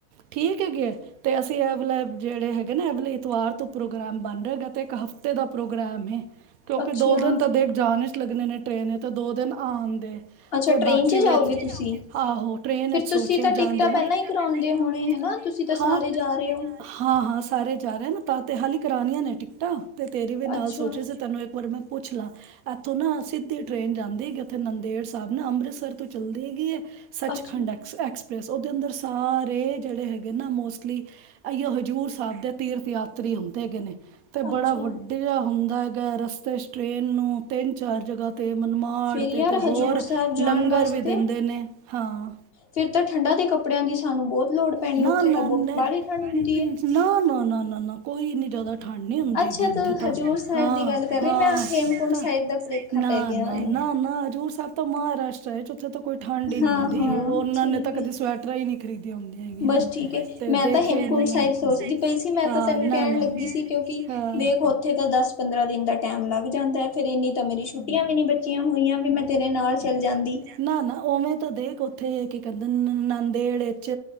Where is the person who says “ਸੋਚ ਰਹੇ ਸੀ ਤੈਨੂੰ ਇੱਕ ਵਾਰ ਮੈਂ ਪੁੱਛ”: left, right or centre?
Right